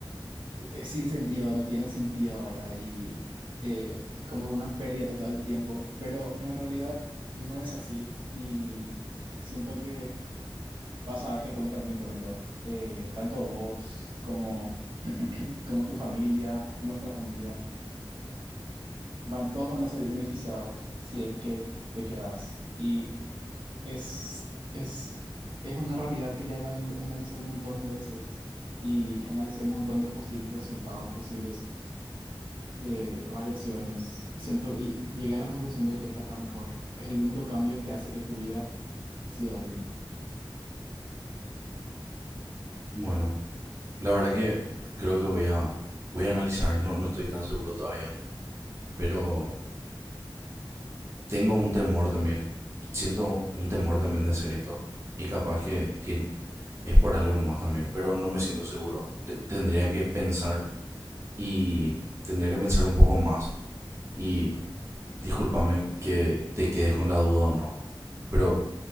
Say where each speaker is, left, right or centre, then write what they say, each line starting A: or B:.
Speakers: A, on the right; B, on the right.
A: eh, es sin sentido, no tiene sentido ahora y eh, es como una pérdida total de tiempo, pero en realidad no es así y siento que vas a darte cuenta muy pronto. Eh, tanto vos como, como tu familia, nuestra familia, van, todos van a salir beneficiados si es que te quedas. Y es, es, es una realidad que ya la an- analicé un montón de veces y analicé un montón de posibles resultados, posibles eh, variaciones y siento y llegué a la conclusión de que esta es la mejor. Es el único cambio que hace que tu vida siga bien.
B: Bueno, la verdad que creo que voy a, voy a analizar, no, no estoy tan seguro todavía, pero tengo un temor también, siento un temor también de hacer esto y capaz que tien- es por algo nomás también, pero no me siento seguro. Te- tendría que pensar y tendría que pensar un poco más y discúlpame que te quedes con la duda o no, pero